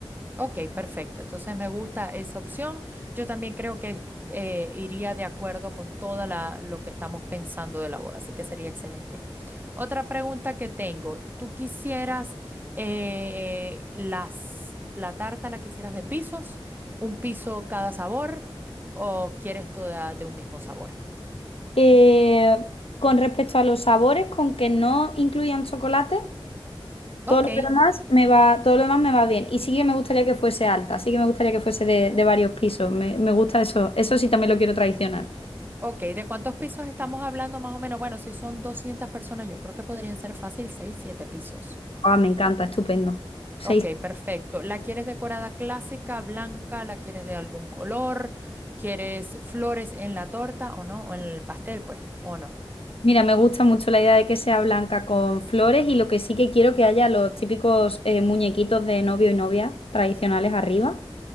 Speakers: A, on the right (about 20°); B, on the left (about 90°).
A: Ok, perfecto. Entonces me gusta esa opción. Yo también creo que eh, iría de acuerdo con toda la, lo que estamos pensando de la boda, así que sería excelente. Otra pregunta que tengo, ¿tú quisieras eh, las, la tarta la quisieras de pisos, un piso cada sabor o quieres toda de un mismo sabor?
B: Eh, con respecto a los sabores, con que no incluyan chocolate, todo
A: Ok,
B: lo demás me va, todo lo demás me va bien. Y sí que me gustaría que fuese alta, sí que me gustaría que fuese de, de varios pisos. Me, me gusta eso. Eso sí también lo quiero tradicional.
A: ok, ¿de cuántos pisos estamos hablando más o menos? Bueno, si son 200 personas, yo creo que podrían ser fácil 6, 7 pisos.
B: Ah, me encanta, estupendo. Seis.
A: Ok, perfecto. ¿La quieres decorada clásica, blanca? ¿La quieres de algún color? ¿Quieres flores en la torta o no? ¿O en el pastel, pues? ¿O no?
B: Mira, me gusta mucho la idea de que sea blanca con flores y lo que sí que quiero que haya los típicos eh, muñequitos de novio y novia tradicionales arriba.